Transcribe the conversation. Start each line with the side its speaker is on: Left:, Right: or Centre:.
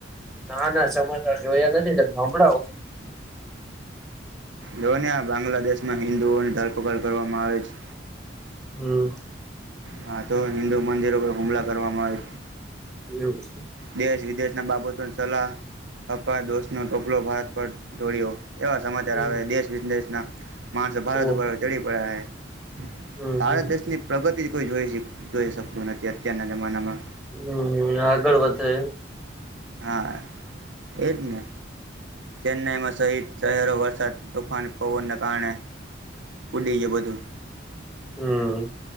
Centre: ના ના સમાચાર જોયા નથી હંભળાઓ
Right: જોને આ બાંગ્લાદેશમાં હિન્ંદુઓની ધરપકડ કરવામાં આવે છે
Centre: હમમ
Right: હા તો, હિન્દુ મંદિરો ઉપર હુમલા કરવામાં આવે
Centre: એવું છે.
Right: દેશ વિદેશ ના બાબતોની સલાહ અફવા દોષનો ટોપલો ભારત પર ઢોળ્યો કેવા સમાચાર
Centre: હમ
Right: આવે દેશ વિદેશના માણસો ભારત
Centre: ઓહ
Right: ઉપર ચડી પડયા છે,
Centre: હમ
Right: ભારત
Centre: હમ
Right: દેશની પ્રગતિ કોઈ જોઈશ, જોઈ શકતું નથી અત્યારના જમાનામાં
Centre: હમમ આગળ વધે
Right: હા એ જને ચેન્નાઈમાં સહિત શહેરો વરસાદ તોફાની પવનને કારણે ઉડી ગ્યું બધું.
Centre: હમ